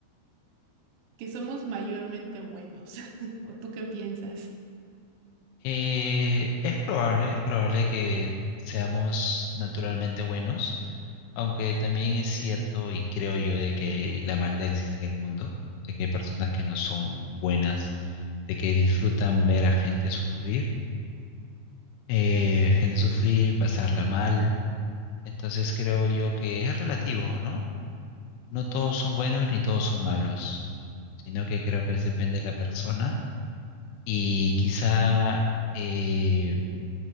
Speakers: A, on the right (about 75°); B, on the left (about 80°).
A: que somos mayormente buenos. <laughs> ¿O tú qué piensas?
B: Eh, es probable, es probable que seamos naturalmente buenos Aunque también es cierto y creo yo de que la maldad existe en el mundo, de que hay personas que no son buenas, de que disfrutan ver a gente sufrir, eh, gente sufrir, pasarla mal. Entonces creo yo que es relativo, ¿no? No todos son buenos ni todos son malos, sino que creo que depende de la persona y quizá eh,